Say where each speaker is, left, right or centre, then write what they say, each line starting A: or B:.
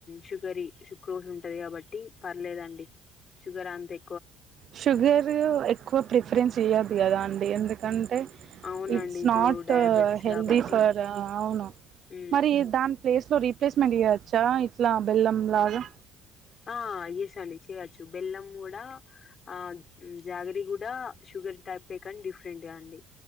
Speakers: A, on the left; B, on the right.
A: షుగరి షుక్రోజ్ ఉంటది కాబట్టి పర్లేదండి షుగర్ అంతై
B: షుగర్ ఎక్కువ ప్రిఫరెన్స్ ఇయ్యద్దు కదా అండి ఎందుకంటే
A: అవునండి
B: ఇట్స్
A: ఇప్పుడు
B: నాట్
A: డయాబెటిస్
B: హెల్ది
A: కాబట్టి
B: ఫర్ అవును
A: మ్మ్
B: మరి దాన్ ప్లేస్లో రీప్లేస్మెంట్ ఇయచ్చా ఇట్లా బెల్లం లాగా
A: ఆ ఎస్ అండి చేయొచ్చు బెల్లం గూడా ఆ జాగ్రి కూడా షుగర్ టైపె కానీ డిఫరెంట్గా అండి